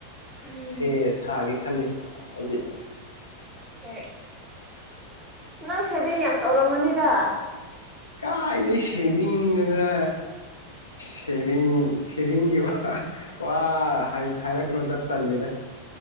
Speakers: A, on the right; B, on the left.
A: ꯎꯝ
B: ꯁꯦ ꯁꯥꯒꯦ ꯈꯜꯂꯤ ꯑꯩꯗꯤ
A: ꯍꯣꯏ ꯅꯪ ꯁꯦꯚꯤꯡ ꯌꯥꯝ ꯇꯧꯔꯝꯃꯅꯤꯗ
B: ꯀꯥꯏꯗꯩ ꯁꯦꯚꯤꯡꯅꯣꯗ ꯁꯦꯚꯤꯡ ꯁꯦꯚꯡꯒꯤ ꯋꯥ ꯍꯥ ꯍꯥ ꯋꯥ ꯍꯥꯏꯔꯛꯀꯅꯣꯗ ꯇꯜꯂꯤꯗ